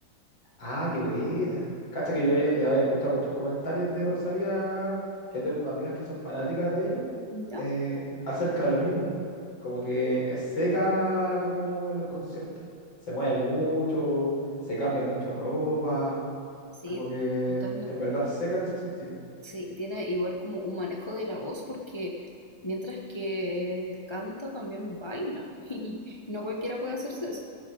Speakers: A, on the left; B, on the left.
A: Ah, qué buena. Cacha que yo ya, ya había escuchado muchos comentarios de Rosalía, que tengo amigas que son fanáticas de ella,
B: ¿Ya?
A: eh, acerca de lo mismo. Como que es seca como en los conciertos. Se mueve mucho, se cambia mucho ropa.
B: Sí,
A: Como que
B: totalmente.
A: en verdad es seca en ese sentido.
B: Sí, y tiene igual como un manejo de la voz porque mientras que canta también baila <laughs> y no cualquiera puede hacerse eso.